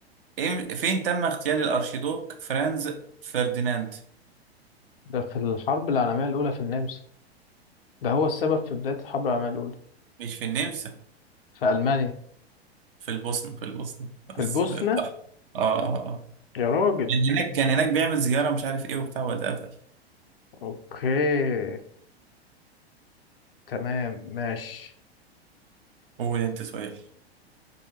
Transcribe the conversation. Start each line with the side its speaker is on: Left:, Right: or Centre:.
Right: إيه- فين تم اغتيال الارشيدوك فرانز فرديناند
Left: ده في الحرب العالمية الأولى في النمسا ده هو السبب في بداية الحرب العالمية الأولى
Right: مش في النمسا
Left: في ألمانيا
Right: في البوسنة في البوسنة
Left: في
Right: بس
Left: البوسنة
Right: صح اه آه. آه.
Left: يا راجل
Right: كان هناك كان هناك بيعمل زيارة مش عارف ايه وبتاع واتقتل
Left: اوكي تمام ماشي
Right: قول انت سؤال